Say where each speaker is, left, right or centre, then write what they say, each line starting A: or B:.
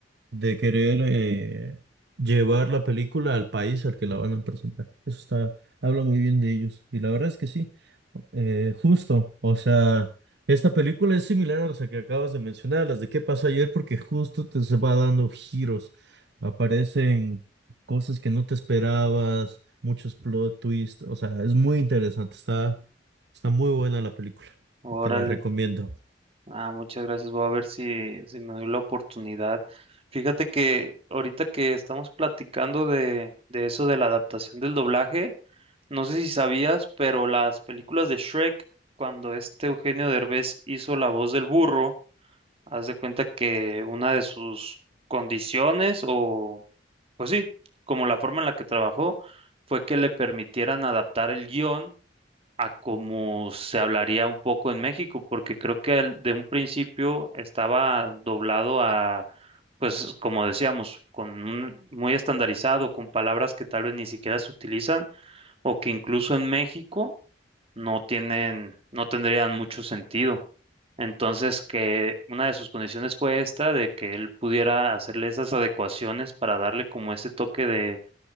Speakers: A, on the right; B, on the right.
A: de querer eh, llevar la película al país al que la van a presentar. Eso está, habla muy bien de ellos. Y la verdad es que sí, eh, justo. O sea, esta película es similar a las que acabas de mencionar, a las de qué pasó ayer, porque justo te se va dando giros. Aparecen cosas que no te esperabas, muchos plot twists. O sea, es muy interesante. Está, está muy buena la película.
B: Órale.
A: Te la recomiendo.
B: Ah, muchas gracias. Voy a ver si, si me doy la oportunidad. Fíjate que ahorita que estamos platicando de, de eso de la adaptación del doblaje, No sé si sabías, pero las películas de Shrek, cuando este Eugenio Derbez hizo la voz del burro, haz de cuenta que una de sus condiciones, o pues sí, como la forma en la que trabajó, fue que le permitieran adaptar el guión a como se hablaría un poco en México, porque creo que al- de un principio estaba doblado a, pues como decíamos, con un, muy estandarizado, con palabras que tal vez ni siquiera se utilizan o que incluso en México no tienen, no tendrían mucho sentido. Entonces, que una de sus condiciones fue esta, de que él pudiera hacerle esas adecuaciones para darle como ese toque de,